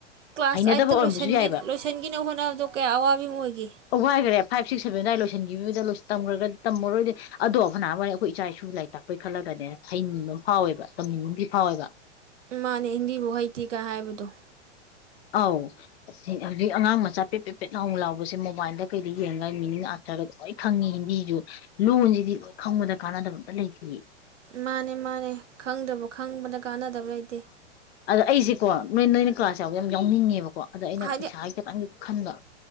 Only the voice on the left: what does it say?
ꯍꯩꯅꯗꯕ
ꯑꯣꯏꯔꯝꯕꯁꯨ ꯌꯥꯏꯕ
ꯋꯥꯏꯈꯔꯦ ꯐꯥꯏꯚ ꯁꯤꯛꯁ ꯁꯕꯦꯟ ꯑꯗꯨ꯭ꯋꯥꯏꯗ ꯂꯣꯏꯁꯤꯟꯈꯤꯕꯗ ꯇꯝꯈ꯭ꯔꯒ ꯇꯝꯃꯔꯣꯏꯗꯤ ꯑꯗꯣ ꯐꯉꯝ ꯑꯩꯈꯣꯏꯏꯆꯥ ꯏꯁꯨ ꯂꯩꯇ ꯄꯣꯏꯈꯠꯂꯒꯅꯦ ꯍꯩꯅꯤꯡꯕ ꯑꯃ ꯐꯥꯎꯋꯦꯕ ꯇꯝꯅꯤꯡꯕꯗꯤ ꯐꯥꯎꯋꯦꯕ
ꯑꯥꯎ ꯁꯤ ꯍꯧꯖꯤꯛ ꯑꯉꯥꯡ ꯃꯆꯥ ꯄꯦꯠ ꯄꯦꯠ ꯂꯥꯎ ꯂꯥꯎꯕꯁꯦ ꯃꯣꯕꯥꯏꯜꯗ ꯀꯩꯗ ꯌꯦꯡꯉꯒ ꯃꯤꯅꯤꯡ ꯑꯥꯠꯊ꯭ꯔꯒꯗꯤ ꯂꯣꯏ ꯈꯪꯉꯤ ꯍꯤꯟꯗꯤꯁꯨ ꯂꯣꯟꯁꯤꯗꯤ ꯂꯣꯏ ꯈꯪꯕꯗ ꯀꯥꯟꯅꯗꯕ ꯑꯝꯇ ꯂꯩꯇꯌꯦ
ꯑꯗ ꯑꯩꯁꯦꯀꯣ ꯅꯣꯏ ꯅꯣꯏꯅ ꯀ꯭ꯂꯥꯁꯦ ꯌꯥꯎꯕꯗꯦ ꯌꯥꯝ ꯌꯥꯎꯅꯤꯡꯉꯦꯕꯀꯣ ꯀꯣ ꯑꯗ ꯑꯩꯅ
ꯄꯩꯁꯥꯥꯁ ꯈꯤꯇꯪ ꯈꯟꯕ